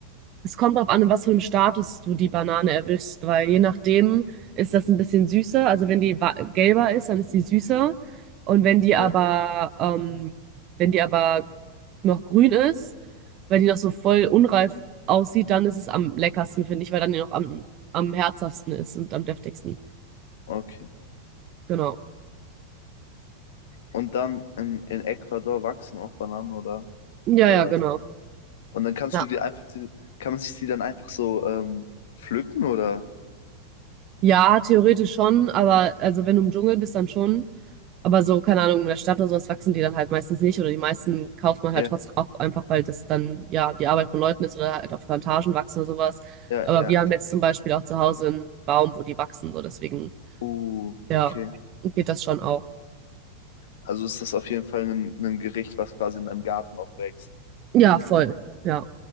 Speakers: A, on the right; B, on the left.
A: es kommt darauf an, in was für einem Status du die Banane erwischst, weil je nachdem ist das ein bisschen süßer. Also wenn die wa- gelber ist, dann ist die süßer. Und wenn die
B: Ja.
A: aber, ähm, wenn die aber noch grün ist, weil die noch so voll unreif aussieht, dann ist es am leckersten, finde ich, weil dann die noch am, am herzhaftesten ist und am deftigsten.
B: Okay.
A: Genau.
B: Und dann in, in Ecuador wachsen auch Bananen oder,
A: Ja,
B: oder
A: ja,
B: was?
A: genau.
B: Und dann kannst
A: Ja.
B: du die einfach, die, kann man sich die dann einfach so ähm, pflücken oder?
A: Ja, theoretisch schon, aber also wenn du im Dschungel bist, dann schon. Aber so, keine Ahnung, in der Stadt oder sowas wachsen die dann halt meistens nicht oder die meisten kauft man
B: Ja,
A: halt trotzdem auch einfach, weil das dann ja die Arbeit von Leuten ist oder halt auf Plantagen wachsen oder sowas.
B: ja,
A: Aber
B: ja.
A: wir haben jetzt zum Beispiel auch zu Hause einen Baum, wo die wachsen, so deswegen,
B: Uh,
A: ja,
B: okay.
A: geht das schon auch.
B: Also ist das auf jeden Fall ein, ein Gericht, was quasi in deinem Garten auch wächst.
A: Ja, voll. Ja.